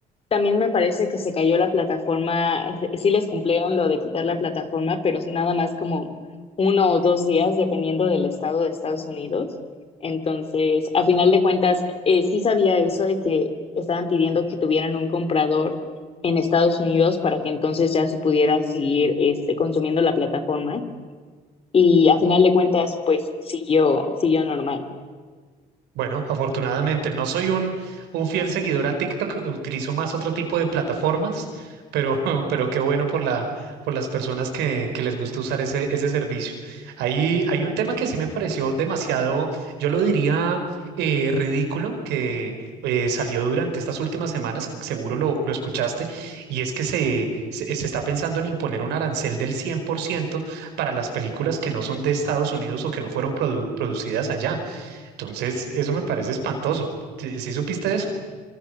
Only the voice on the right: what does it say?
Bueno, afortunadamente no soy un, un fiel seguidor a TikTok, eh, utilizo más otro tipo de plataformas, pero, <laughs> pero qué bueno por la, por las personas que, que les gusta usar ese, ese servicio. Ahí hay un tema que sí me pareció demasiado, yo lo diría eh, ridículo, que eh, salió durante estas últimas semanas, seguro lo, lo escuchaste, y es que se, se, se está pensando en imponer un arancel del 100% para las películas que no son de Estados Unidos o que no fueron produ- producidas allá. Entonces, eso me parece espantoso. ¿Sí sí supiste eso?